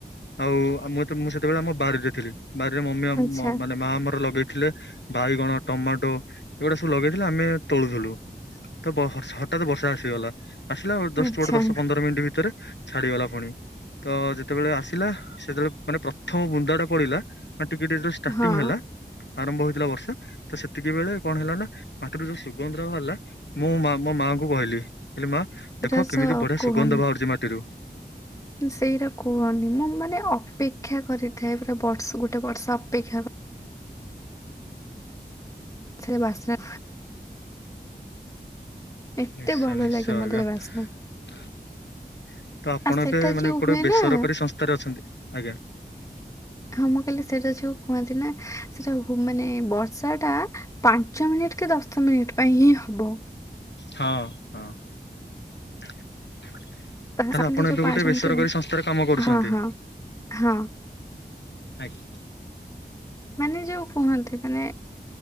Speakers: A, on the left; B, on the left.
A: ଆଉ ମୁଁ ମୁଁ ସେତେବେଳେ ଆମ ବାରିରେ ଥିଲି, ବାରିରେ ମମି ଆମ
B: ଆଚ୍ଛା
A: ମାନେ ମା ଆମର ଲଗେଇ ଥିଲେ ବାଇଗଣ, ଟମାଟୋ ଏଗୁଡା ସବୁ ଲଗେଇଥିଲେ ଆମେ ତୋଳୁଥିଲୁ। ତ ବ ହ-ହଠାତ ବର୍ଷା ଆସିଗଲା, ଆସିଲା ଜଷ୍ଟ
B: ଆଚ୍ଛା
A: ଗୋଟେ ଦଶ ପନ୍ଦର ମିନିଟ ଭିତରେ ଛାଡିଗଲା ପୁଣି, ତ ଯେତେବେଳେ ଆସିଲା ସେତେବେଳେ ମାନେ ପ୍ରଥମ ବୁନ୍ଦା ଟା ପଡିଲା। ଟିକେ ଟିକେ ଯେତେବେଳେ ଷ୍ଟାର୍ଟିଂ
B: ହଁ
A: ହେଲା ଆରମ୍ଭ ହେଇଥିଲା ବର୍ଷା ତ ସେତିକି ବେଳେ କଣ ହେଲା ନା ମାଟିରୁ ଯୋଉ ସୁଗନ୍ଧ ବାହାରିଲା ମୁଁ ମୋ ମାଙ୍କୁ କୁ କହିଲି କହିଲି ମା,
B: ଏଇଟା
A: ଦେଖ କେମିତି
B: ତ
A: ବଢିଆ
B: କୁହନି
A: ସୁଗନ୍ଧ ବାହାରୁଛି ମାଟିରୁ।
B: ସେଇଟା କୁହନି ମୁଁ ମାନେ ଅପେକ୍ଷା କରିଥାଏ ପୁରା ବର୍ଷ ଗୋଟେ ବର୍ଷ ଅପେକ୍ଷା ସେ ବାସ୍ନା ଏତେ
A: ନିଶ୍ଚୟ
B: ଭଲ
A: ନିଶ୍ଚୟ
B: ଲାଗେ ମତେ
A: ଆଜ୍ଞା।
B: ସେ ବାସ୍ନା
A: ତ ଆପଣ
B: ଆଉ ସେଟା
A: ଏବେ ମାନେ
B: ଯୋଉ
A: ଗୋଟେ
B: ହୁଏ
A: ବେସରକାରୀ
B: ନା
A: ସଂସ୍ଥାରେ ଅଛନ୍ତି, ଆଜ୍ଞା।
B: ହଁ ମୁଁ କହିଲେ ସେଇଟା ଯୋଉ ହୁଅନ୍ତି ନା ସେଟା ମାନେ ବର୍ଷା ଟା ପାଞ୍ଚ ମିନିଟ କି ଦଶ ମିନିଟ୍ ପାଇଁ ହିଁ ହ ହବ।
A: ହଁ ହଁ। ତାହେଲେ
B: ତାହା କିନ୍ତୁ
A: ଆପଣ
B: ଯୋଉ
A: ଏବେ
B: ପାଞ୍ଚ
A: ଗୋଟେ ବେସରକାରୀ
B: ମିନିଟ
A: ସଂସ୍ଥାରେ କାମ କରୁଛନ୍ତି?
B: ହଁ ହଁ ହଁ
A: ଆଗି
B: ମାନେ ଯୋଉ କୁହନ୍ତି ମାନେ